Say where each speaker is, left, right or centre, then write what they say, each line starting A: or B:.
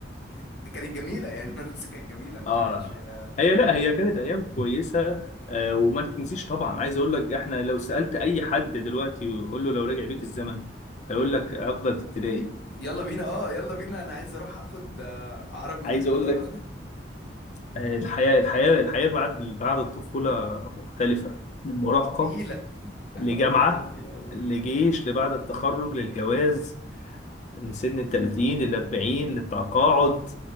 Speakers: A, on the left; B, on the left.
A: <laughs> دي كانت جميله يعني المدرسه كانت جميله ما
B: اه
A: كانتش آه،
B: هي لا هي كانت ايام كويسه آه وما تتنسيش طبعا عايز اقول لك احنا لو سالت اي حد دلوقتي وقول له لو رجع بيك الزمن هيقول لك افضل ابتدائي
A: يلا بينا اه يلا بينا انا عايز اروح اخد آه، عربي
B: عايز
A: ورياضه
B: اقول لك آه الحياه الحياه الحياه بعد بعد الطفوله مختلفه من مراهقه
A: <laughs> تقيله <laughs> حاجه
B: لجامعه
A: الطفوله تقيله والله
B: لجيش لبعد التخرج للجواز لسن ال 30 لل 40 للتقاعد